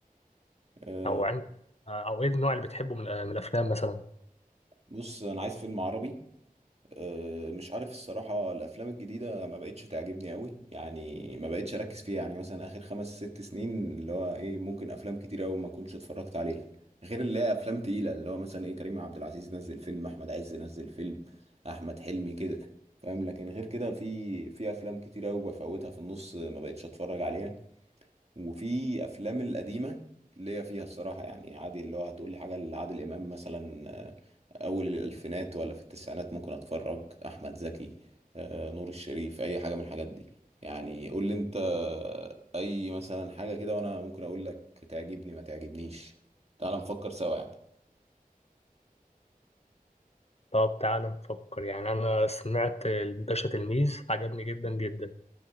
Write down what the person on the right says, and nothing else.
آه
بص انا عايز فيلم عربي أه، مش عارف الصراحة الأفلام الجديدة ما بقتش تعجبني أوي يعني ما بقتش أركز فيها يعني مثلا آخر خمس ست سنين اللي هو إيه ممكن أفلام كتير أوي ما كنتش اتفرجت عليها غير اللي هي أفلام تقيلة اللي هو مثلا إيه كريم عبد العزيز نزل فيلم أحمد عز نزل فيلم أحمد حلمي كده فاهم لكن غير كده في في أفلام كتير أوي بفوتها في النص ما بقتش أتفرج عليها وفي أفلام القديمة اللي هي فيها الصراحة يعني عادي اللي هو هتقولي حاجة لعادل إمام مثلا آه، اول الالفينات ولا في التسعينات ممكن اتفرج احمد زكي آه، نور الشريف اي حاجه من الحاجات دي يعني قول لي انت اي مثلا حاجه كده وانا ممكن اقول لك تعجبني ما تعجبنيش تعال نفكر سوا يعني